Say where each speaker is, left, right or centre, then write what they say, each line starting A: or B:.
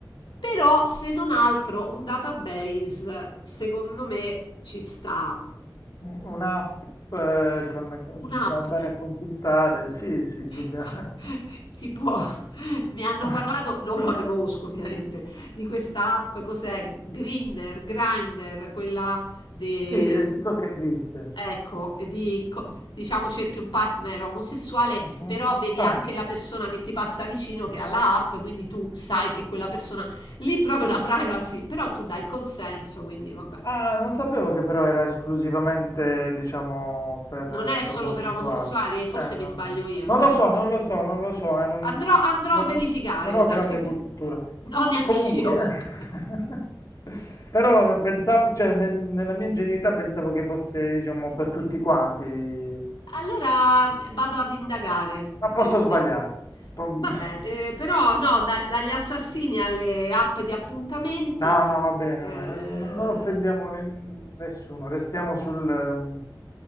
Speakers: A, on the left; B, on the left.
A: Però se non altro un database secondo me ci sta.
B: Un- Un'app eh, con- con-
A: Un'app.
B: da andare a consultare, sì, sì, indubbiamente.
A: <laughs> Qua tipo mi hanno
B: <laughs>
A: parlato, non la conosco ovviamente, di questa app, cos'è? Grindr, Grindr, quella de...
B: Sì, es- so che esiste.
A: Ecco, e di, co- diciamo cerchi un partner omosessuale,
B: Mhm.
A: però vedi
B: Ah.
A: anche la persona che ti passa vicino che ha la app, quindi tu sai che quella persona lì proprio la privacy, però tu dai il consenso, quindi vabbè.
B: Ah, non sapevo che però era esclusivamente, diciamo, per,
A: Non è solo
B: per omosessuali.
A: per omosessuali, forse
B: Eh, non,
A: mi sbaglio
B: lo so.
A: io,
B: Non
A: sai,
B: lo so,
A: può darsi.
B: non lo so, non lo so, eh, non,
A: Andrò andrò
B: non-
A: a verificare,
B: non
A: può
B: ho
A: darsi
B: grande
A: che
B: cultura.
A: me no, neanch'io,
B: Comunque,
A: vabbè.
B: <laughs> però pensavo, cioè, nel- nella mia ingenuità pensavo che fosse, diciamo, per tutti quanti.
A: Allora vado ad indagare
B: Ma
A: nel
B: posso sbagliare.
A: ne
B: Po-
A: vabbè,
B: <laughs>
A: ehm, però no, da dagli assassini alle app di appuntamenti,
B: No, no, va bene,
A: ehm,
B: va- non non offendiamo ne- nessuno, restiamo sul, ehm,